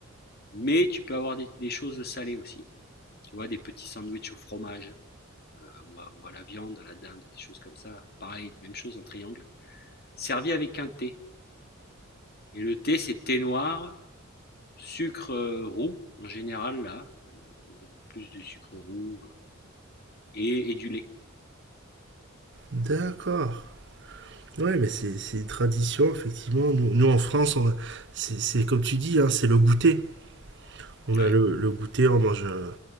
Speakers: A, on the left; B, on the right.
A: Mais tu peux avoir des, des choses salées aussi. Tu vois, des petits sandwichs au fromage euh, ou, à, ou à la viande, à la dinde, des choses comme ça. Pareil, même chose en triangle, servi avec un thé. Et le thé, c'est thé noir, sucre euh, roux en général là. Euh, ils ont plus de sucre roux euh, et, et du lait.
B: D'accord. Ouais, mais c'est c'est une tradition, effectivement. Nous, nous, en France, on a- c'est c'est comme tu dis, hein, c'est le goûter. On
A: Ouais.
B: a le, le goûter, on mange un,